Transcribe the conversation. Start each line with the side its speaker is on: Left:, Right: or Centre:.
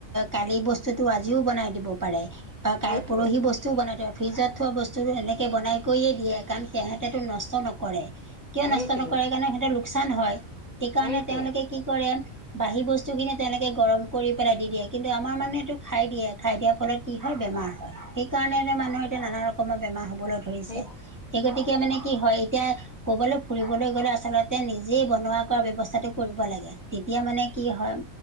Right: কালি বস্তুটো আজিও বনাই দিব পাৰে বা
Left: সেইটোৱে
Right: কাৰ পৰহি বস্তু টো বনাই থয় ফ্ৰিজত থোৱা বস্তু সেনেকে বনাই কয়ে দিয়ে কাৰণ সিহঁতেটো নষ্ট নকৰে। কিয়
Left: সেইটোৱে
Right: নষ্ট নকৰে কাৰণে সিহঁতৰ লোকচান হয় সেইকাৰণে
Left: সেইটোৱে
Right: তেওঁলোকে কি কৰে। বাহি বস্তুখিনি তেনেকে গৰম কৰি পেলাই দি দিয়ে। কিন্তু আমাৰ মানুহে এইটো খাই দিয়ে খাই দিয়াৰ ফলত কি হয় বেমাৰ। সেই কাৰণে মানুহে এতিয়া নানা ৰকমৰ বেমাৰ হবলৈ ধৰিছে।
Left: সেই
Right: সেই গতিকে মানে কি হয় এতিয়া ক'বলৈ ফুৰিবলৈ গ'লে আচলতে নিজেই বনোৱা কৰা ব্যৱস্থাটো কৰিব লাগে তেতিয়া মানে কি হয়